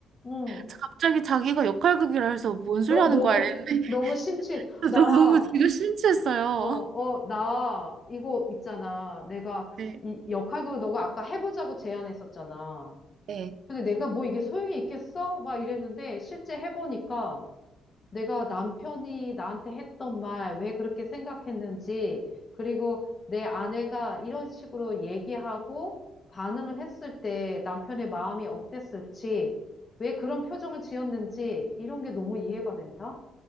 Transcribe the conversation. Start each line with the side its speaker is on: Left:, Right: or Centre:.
Left: 응.
Right: 갑자기 자기가 역할극이라 해서 뭔
Left: 너
Right: 소리 하는
Left: 너무,
Right: 거야 이랬는데
Left: 너무 심취해.
Right: <laughs>
Left: 나
Right: 너 너무 지금 심취했어요.
Left: 어, 어, 나, 이거 있잖아. 내가,
Right: 네.
Left: 이 역할극 너가 아까 해보자고 제안했었잖아.
Right: 네.
Left: 근데 내가 뭐 이게 소용이 있겠어? 막 이랬는데, 실제 해보니까 내가 남편이 나한테 했던 말, 왜 그렇게 생각했는지, 그리고 내 아내가 이런 식으로 얘기하고 반응을 했을 때 남편의 마음이 어땠을지, 왜 그런 표정을 지었는지, 이런 게 너무 이해가 된다?